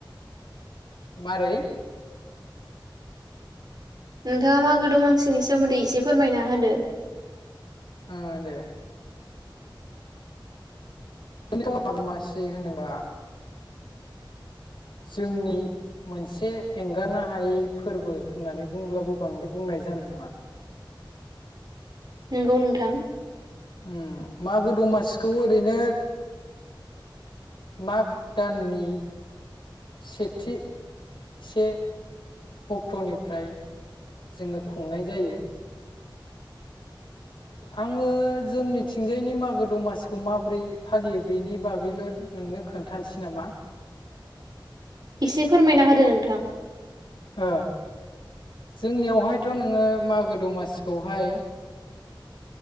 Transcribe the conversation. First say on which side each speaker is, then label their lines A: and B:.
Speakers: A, on the left; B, on the right.
A: मारै?
B: नोंथाङा मागो दमासिनि सोमोन्दै एसे फोरमायना होदो।
A: ओ दे। <unintelligible> मासि होनोबा जोंनि मोनसे एंगारनो हायै फोरबो होननानै बुंब्लाबो बांद्राय बुंनाय जानाय नङा।
B: नोंगौ नोंथां।
A: उम मागो दमासिखौ ओरैनो माग दाननि सेथि से अक्ट'निफ्राय जोङो खुंनाय जायो आङो जोंनिथिंजायनि मागो दमासिखौ माब्रै फालियो बेनि बागैल' नोंनो खोन्थानोसै नामा?
B: एसे फोरमायना होदो नोंथां।
A: ओ जोंनियावहायथ' नोङो मागो दमासिखौहाय